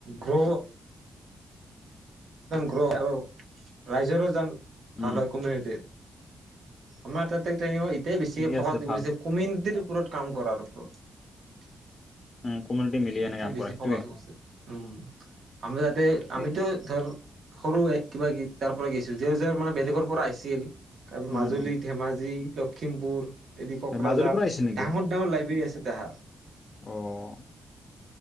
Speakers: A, on the right; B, on the left.
A: গ্ৰ গ্ৰ আৰু ৰাইজৰো যেন
B: উম
A: ভাল হয় কমিউনিটি। আমাৰ তাতে <unintelligible> তাতে, বেছিকে
B: ঠিকে
A: ফকাচ
B: আছে
A: দিব
B: ভাল
A: দিছে। কমিউনিটিৰ ওপৰত কাম কৰাৰ ওপৰত
B: উম কমিউটি মিলি
A: সেইটোৱে
B: এনে কাম
A: বেছি
B: কৰে সেইটোৱে
A: ফকাচ
B: <unintelligible>
A: কৰিছে। উম আমি যাতে
B: ঠিকে
A: আমিতো ধৰ সৰু এ কিবা <unintelligible> তাৰ পৰা গছিল যাৰ যাৰ মানে বেলেগৰ পৰা আহিছিল তাপা
B: উম
A: মাজুলী
B: উম
A: ধেমাজি লখিমপুৰ এদি ককৰাঝাৰ
B: মাজুলীৰ পৰা আহিছিল নেকি?
A: ডাঙৰ ডাঙৰ লাইবেৰী আছে তাহাত <unintelligible>
B: অ',